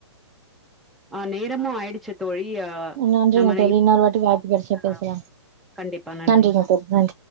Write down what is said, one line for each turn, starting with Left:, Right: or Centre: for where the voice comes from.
Centre: ஆ நேரமு ஆயிடுச்சு தோழி <unintelligible>
Right: நன்றிங்க
Centre: நம்ம
Right: தோழி இன்னொரு வாட்டி வாய்ப்பு கெடச்சா பேசலா
Centre: <inaudible> கண்டிப்பா நன்றி
Right: நன்றிங்க தோழி நன்றி